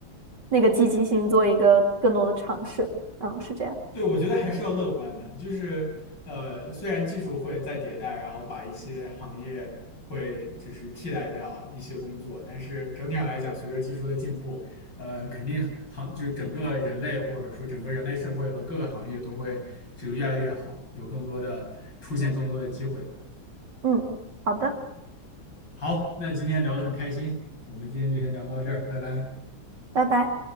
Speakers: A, on the right (about 50°); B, on the left (about 50°).
A: 那个积极性做一个更多的尝试。嗯，是这样。
B: 对，我觉得还是要乐观的，就是呃，虽然技术会在迭代，然后把一些行业会就是替代掉一些工作，但是整体上来讲，随着技术的进步，呃，肯定行就是整个人类或者说整个人类社会和各个行业都会这个越来越好，有更多的出现更多的机会。
A: 嗯，好的，
B: 好，那今天聊得很开心，我们今天就先聊到这儿，拜拜。
A: 拜拜。